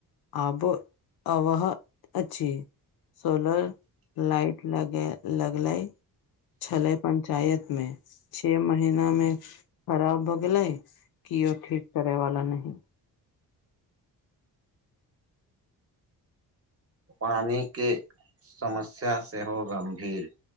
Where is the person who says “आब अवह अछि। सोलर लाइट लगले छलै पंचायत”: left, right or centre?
Left